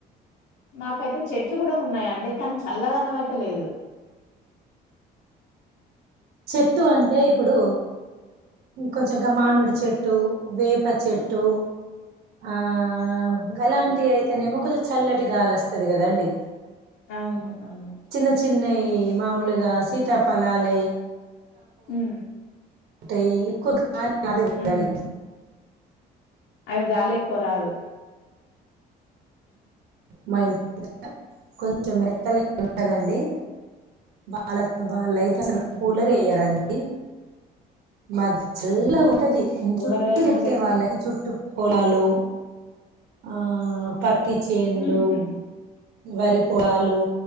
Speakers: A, on the left; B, on the right.
A: మాకయితే చెట్ లు కూడా ఉన్నాయండి కానీ చల్లదనం అయితే లేదు
B: చెట్టు అంటే ఇప్పుడు కొంచెం గ మామిడి చెట్టు వేప చెట్టు ఆ అలాంటి అయితేనేమో కొంచెం చల్లటి గాలి వస్తుది కదండి
A: అవును అవును
B: చిన్న చిన్నయి మామూలుగా సీతాపలాల
A: ఉ
B: టద్ ఆదుడి
A: ఉమ్ అవి గాలి ఎక్కువ రాదు
B: మా ఇంటి కొంచెం మిరలు ఉంటదండి బాల వాళ్ళయితే అసలు
A: ఉమ్
B: కూలర్ వయ్యాలండి ఏ మా చల్ల
A: అమ్మో
B: ఉంటది
A: కూలర్
B: చుట్టటు
A: లేకుండా
B: ఎట్లే
A: ఎట్లుంటది
B: వాళ్ళ చుట్టటు నాలు ఆ పత్ చేన్లు
A: ఉహు
B: వరి పొలాలు